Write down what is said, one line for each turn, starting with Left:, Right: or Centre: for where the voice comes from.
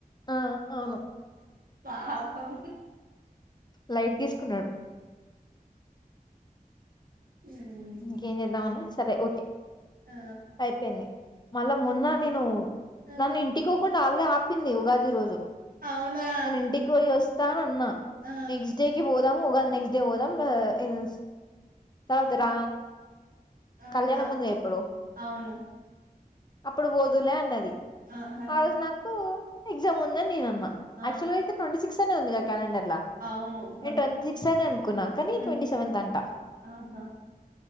Left: ఆ అవును
Right: పాపం
Left: లైట్ తీసుకున్నాడు
Right: ఉమ్.
Left: ఇంకేం చేద్దాంన్న సరే ఓకే
Right: ఆ
Left: అయిపోయింది మళ్ళా మొన్న నేను
Right: ఆ.
Left: నన్ను ఇంటికి కుండా ఆన్నే ఆపింది ఉగాది రోజు
Right: అవునా
Left: నిను ఇంటికి పోయి వస్తా ఉన్నా
Right: ఆ
Left: నెక్స్ట్ డేకి పోదాం ఉగాది నెక్స్ట్ డే పోదాం ఆ ఇనొస్ తత్
Right: ఆహా
Left: రా
Right: ఆహా
Left: కళ్యాణం ఉంది ఇప్పుడు
Right: అవును
Left: అప్పుడు పోదువులే అన్నది
Right: ఆహా
Left: ఆ రోజు నాకు ఎగ్జామ్ ఉందని నేనన్న
Right: ఆ
Left: యాక్టుల్ గ అయితే ట్వంటీ సిక్స్ వస్తా నే ఉంది గ క్యాలెండర్లా
Right: అవును ట్వంటీ
Left: నేను ట్వంట్వీ సిక్స్ అని అనుకున్నా కానీ
Right: హ్మ్
Left: ట్వంటీ సెవెంత్ అంటా
Right: ఆహా